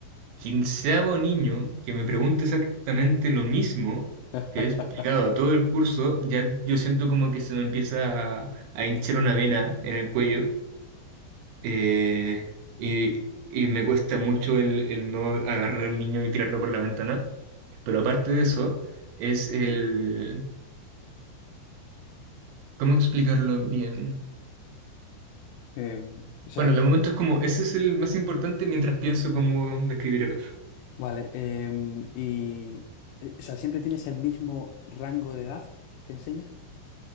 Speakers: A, on the right; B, on the left.
A: quinceavo niño que me pregunte exactamente lo mismo
B: <laughs>
A: que he explicado a todo el curso, ya yo siento como que se me empieza a, a hinchar una vena en el cuello eh, y, y me cuesta mucho el, el no agarrar al niño y tirarlo por la ventana. Pero aparte de eso, es el... ¿Cómo explicarlo bien?
B: Eh, o sea,
A: Bueno, de momento es como, ese es el más importante mientras pienso cómo describir el otro.
B: Vale, em, y eh, o sea, ¿siempre tienes el mismo rango de edad que enseñas?